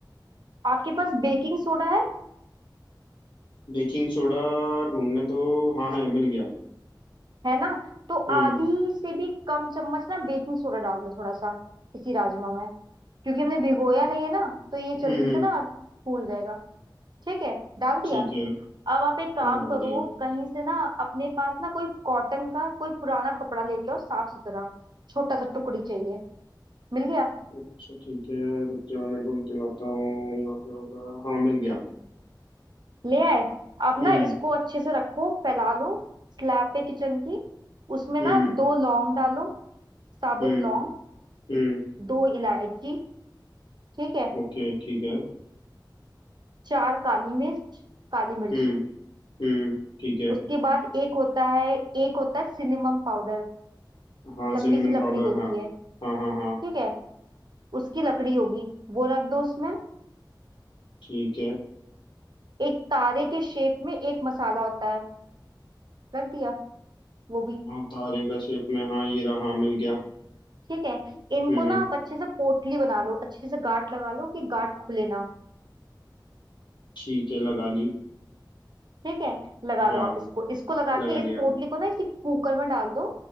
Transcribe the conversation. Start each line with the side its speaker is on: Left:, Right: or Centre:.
Right: आपके पास बेकिंग सोडा है
Left: Baking soda ढूंढने दो हाँ है मिल गया
Right: है ना तो
Left: हम्म
Right: आधी से भी कम चम्मच ना बेकिंग सोडा डाल दो थोड़ा सा इसी राजमा में क्योंकि हमने भिगोया नहीं है ना तो ये जल्दी
Left: हम्म हम्म,
Right: से ना फूल जाएगा ठीक है डाल दिया
Left: ठीक है
Right: अब आप एक काम
Left: हाँ डाल
Right: करो
Left: दिया
Right: कहीं से ना अपने पास ना कोई कॉटन का कोई पुराना कपड़ा लेके आओ साफ सुथरा छोटा सा टुकड़ी चाहिए मिल गया
Left: अच्छा ठीक है रुक जाओ मैं ढूंढ के लाता हूँ यहाँ पे होगा हाँ मिल गया
Right: ले आए अब
Left: हम्म
Right: ना इसको अच्छे से रखो फैला लो स्लैब पे किचन की उसमें
Left: हम्म
Right: ना दो लौंग डालो साबुत
Left: हम्म
Right: लौंग
Left: हम्म
Right: दो इलायची ठीक है
Left: ओके ठीक है
Right: चार काली मिर्च काली मिर्च
Left: हम्म हम्म ठीक है
Right: उसके बाद एक होता है एक होता है सिनेमम पाउडर
Left: हाँ
Right: लंबी
Left: सिनेमन
Right: सी लकड़ी
Left: पाउडर
Right: होती
Left: हाँ
Right: है
Left: हाँ हाँ हाँ
Right: ठीक है उसकी लकड़ी होगी वो रख दो उसमें
Left: ठीक है
Right: एक तारे के शेप में एक मसाला होता है रख दिया वो भी
Left: हाँ तारे का शेप में हाँ ये रहा हाँ मिल गया
Right: ठीक है इनको
Left: हम्म
Right: ना
Left: हम्म
Right: आप अच्छे से पोटली बना लो अच्छे से गांठ लगा लो कि गांठ खुले ना
Left: ठीक है लगा ली
Right: ठीक है लगा
Left: हाँ
Right: लो आप इसको इसको लगा
Left: लगा
Right: के
Left: लिया
Right: इस पोटली को ना इसी कुकर में डाल दो